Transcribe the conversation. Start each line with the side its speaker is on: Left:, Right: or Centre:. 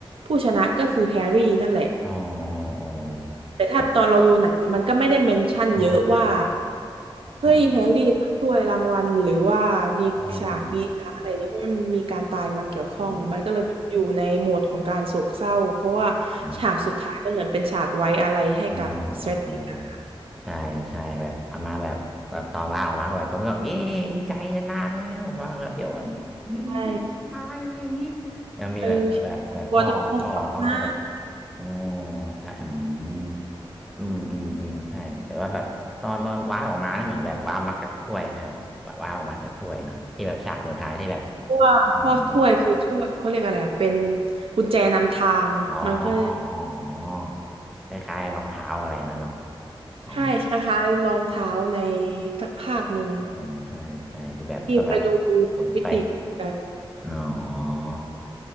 Right: ผู้ชนะก็คือแฮร์รี่นั่นแหละ
Centre: อ๋ออ
Right: แต่ถ้าตอนเราดูหนังมันก็ไม่ได้เมนชั่นเยอะว่า
Centre: ๋อ อ่าอ่า
Right: เฮ้ยแฮร์รี่ถ้วยรางวัลหรือว่ามีฉากดีอะไรเนี่ยเพราะมันมีการตายมาเกี่ยวข้องมันก็เลยอยู่ในโหมดของการโศกเศร้าเพราะว่า
Centre: ใช่อ่าอ่าอืมเนาะ
Right: ฉากสุดท้ายมันเหมือนเป็นฉากไว้อะไรให้กับเซดริกอะค่ะ
Centre: เอ่าอ่ใช่ใช่แบบประมาณแบบแบบตอนลาออกมาก็แบบคนก็แบบเย้ดีใจชนะแล้วสำหรับแบบเดี๋ยวก่อนมีเพื่อนตายเลยอย่างนี้
Right: ใช่
Centre: แล้วมีแบบแบบแบบพ่อพ่อเขาก็แบบ
Right: เออว่าต้องทำหน้า
Centre: โอ้ใช่อืมอืมอืมอืมใช่แต่ว่าแบบตอนตอนว้าออกมาเนี่ยเหมือนแบบว้ามากับถ้วยไหมครับว้าออกมาจากถ้วยเนาะที่แบบฉากสุดท้ายที่แบบ
Right: เพราะว่าพ่อถ้วยคือถ้วยเขาเรียกอะไรอะเป็น
Centre: เหมือนแบบ
Right: กุญแจนำทางมันก็
Centre: อ๋ออ๋ออ๋อ คล้ายๆรองเท้าอะไรนั่นเนาะอ๋อ
Right: ใช่คล้ายๆรองเท้าในสักภาคหนึ่ง
Centre: อ๋อใช่ ใช่ ที่แบบก็แบบ
Right: ที่ไปดู
Centre: หมุนไป
Right: วิดิกกัน
Centre: อ๋อ